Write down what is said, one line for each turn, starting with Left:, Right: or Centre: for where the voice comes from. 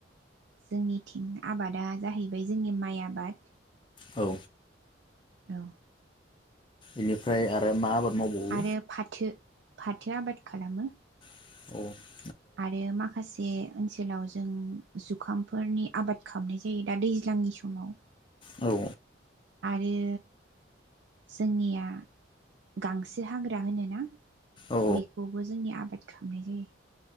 Right: जोंनिथिं आबादा जाहैबाय जोंनि माइ आबाद।
Left: औ
Right: औ
Left: बेनिफ्राय आरो मा मावबावो
Right: आरो फाथो फाथो आबाद खालामो।
Left: औ
Right: आरो माखासे ओनसोलाव जों जुखामफोरनि आबाद खालामनाय जायो दा दैज्लांनि समाव।
Left: औ
Right: आरो जोंनिया गांसो हाग्रा होनोना?
Left: औ
Right: बेखौबो जोंनि आबाद खांनाय जायो।